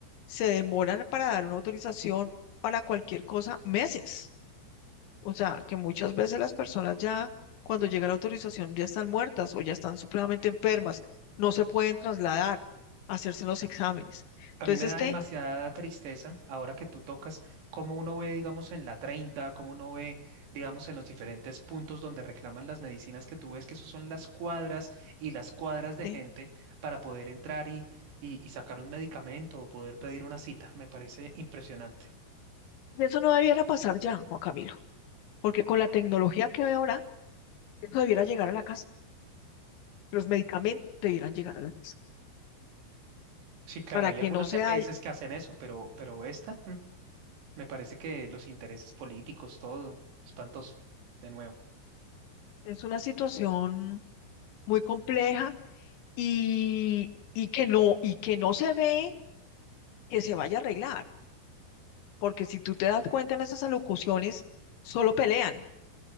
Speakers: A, on the left (about 75°); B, on the right (about 65°).
A: Se demoran para dar una autorización para cualquier cosa meses. O sea, que muchas veces las personas ya, cuando llega la autorización, ya están muertas o ya están supremamente enfermas, no se pueden trasladar a hacerse los exámenes.
B: A
A: Entonces,
B: mí me da
A: este,
B: demasiada tristeza ahora que tú tocas cómo uno ve, digamos, en la 30, cómo uno ve, digamos, en los diferentes puntos donde reclaman las medicinas que tú ves, que eso son las cuadras y las cuadras de
A: sí,
B: gente para poder entrar y, y, y sacar un medicamento o poder pedir una cita. Me parece impresionante.
A: eso no debiera pasar ya, Juan Camilo, porque con la tecnología que hay ahora, eso debiera llegar a la casa, los medicamentos debieran llegar a la casa,
B: Sí, claro,
A: para
B: hay
A: que
B: algunas
A: no sea,
B: EPS que hacen eso, pero, pero esta, mm, me parece que los intereses políticos, todo, espantoso, de nuevo.
A: es una situación muy compleja y, y que no, y que no se ve que se vaya a arreglar porque si tú te das cuenta en esas alocuciones, solo pelean